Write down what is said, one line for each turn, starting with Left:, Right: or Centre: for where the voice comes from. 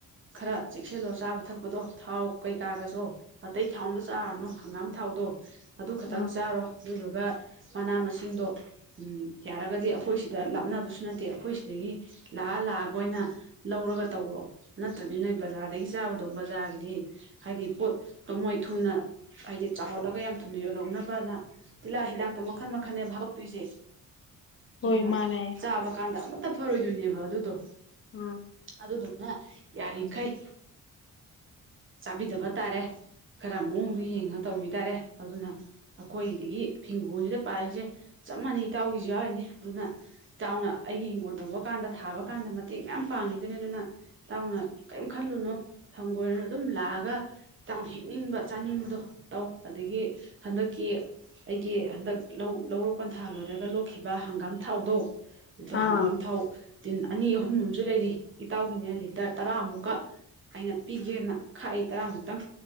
Right: ꯈꯔ ꯆꯦꯛꯁꯤꯜꯂꯣ ꯆꯥꯕ ꯊꯛꯄꯗꯣ ꯊꯥꯎ ꯀꯩꯀꯥꯒꯁꯨ ꯑꯇꯩ ꯊꯥꯎ ꯑꯝꯗ ꯆꯥꯔꯅꯨ ꯍꯪꯒꯥꯝ ꯊꯥꯎꯗꯣ ꯑꯗꯨ ꯈꯛꯇꯪ
Left: ꯎꯝ
Right: ꯆꯥꯔꯣ ꯑꯗꯨꯗꯨꯒ ꯃꯅꯥ ꯃꯁꯤꯡꯗꯣ ꯎꯝ ꯌꯥꯔꯒꯗꯤ ꯑꯩꯈꯣꯏ ꯁꯤꯗ ꯂꯥꯞꯅꯕꯁꯨ ꯅꯠꯇꯦ ꯑꯩꯈꯣꯏ ꯁꯤꯗꯒꯤ ꯂꯥꯛꯑ ꯂꯥꯛꯑꯒ ꯑꯣꯏꯅ ꯂꯧꯔꯒ ꯇꯧꯔꯣ ꯅꯠꯇ꯭ꯔꯗꯤ ꯅꯣꯏ ꯕꯖꯥꯔꯗꯒꯤ ꯆꯥꯕꯗꯣ ꯕꯖꯥꯔꯒꯤꯗꯤ ꯍꯥꯏꯗꯤ ꯄꯣꯠꯇꯣ ꯃꯣꯏ ꯊꯨꯅ ꯍꯥꯏꯗꯤ ꯆꯥꯍꯜꯂꯒ ꯌꯥꯝ ꯊꯨꯅ ꯌꯣꯜꯍꯧꯅꯕꯅ ꯇꯤꯜꯍꯥꯠ ꯍꯤꯗꯥꯛꯇꯣ ꯃꯈꯟ ꯃꯈꯟꯅꯦꯕ ꯍꯥꯞꯕꯛꯇꯣꯏꯁꯦ
Left: ꯍꯣꯏ
Right: ꯑꯗꯨꯅ
Left: ꯃꯥꯅꯦ
Right: ꯆꯥꯕ ꯀꯥꯟꯗ ꯑꯃꯠꯇ ꯐꯔꯣꯏꯗꯣꯏꯅꯦꯕ ꯑꯗꯨꯗꯣ
Left: ꯎꯝ <unintelligible>
Right: ꯑꯗꯨꯗꯨꯅ ꯌꯥꯔꯤꯈꯩ ꯆꯥꯕꯤꯗꯕ ꯇꯥꯔꯦ ꯈꯔ ꯃꯑꯣꯡꯗꯣ ꯌꯦꯡꯉ ꯇꯧꯕꯤ ꯇꯥꯔꯦ ꯑꯗꯨꯅ ꯑꯩꯈꯣꯏꯒꯤꯗꯒꯤ ꯍꯤꯡꯒꯣꯜꯁꯤꯗ ꯄꯥꯜꯂꯤꯁꯦ ꯆꯞ ꯃꯥꯟꯅꯩ ꯏꯇꯥꯎꯒꯤꯁꯨ ꯌꯥꯎꯔꯤꯅꯤ ꯑꯗꯨꯅ ꯏꯇꯥꯎꯅ ꯑꯩꯒꯤ ꯏꯤꯡꯒꯣꯜ ꯇꯧꯕ ꯀꯥꯟꯗ ꯊꯥꯕ ꯀꯥꯟꯗ ꯃꯇꯦꯡ ꯃꯌꯥꯝ ꯄꯥꯡꯉꯤꯗꯨꯅꯤ ꯑꯗꯨꯅ ꯇꯥꯎꯅ ꯀꯩꯝ ꯈꯜꯂꯨꯅꯣ ꯍꯪꯒꯣꯏꯔꯨꯅꯣ ꯑꯗꯨꯝ ꯂꯥꯛꯑꯒ ꯏꯇꯥꯎꯅ ꯍꯦꯛꯅꯤꯡꯕ ꯆꯥꯅꯤꯡꯕꯗꯣ ꯇꯧ ꯑꯗꯒꯤ ꯍꯟꯗꯛꯀꯤ ꯑꯩꯒꯤ ꯍꯟꯗꯛ ꯂꯧ ꯂꯧꯔꯣꯛ ꯄꯟꯊꯥ ꯂꯣꯏꯔꯥꯒ ꯂꯣꯛꯈꯤꯕ ꯍꯪꯒꯥꯝ ꯊꯥꯎꯗꯣ ꯑꯗꯣ
Left: ꯑꯥ
Right: ꯍꯪꯒꯥꯝ ꯊꯥꯎ ꯇꯤꯟ ꯑꯅꯤ ꯑꯍꯨꯝ ꯑꯃꯖꯨ ꯂꯩꯔꯤ ꯏꯇꯥꯎꯒꯤꯅꯦ ꯂꯤꯇꯔ ꯇꯔꯥꯃꯨꯛꯀ ꯑꯩꯅ ꯄꯤꯒꯦꯅ ꯈꯥꯛꯏ ꯇꯔꯥꯃꯨꯛꯇꯪ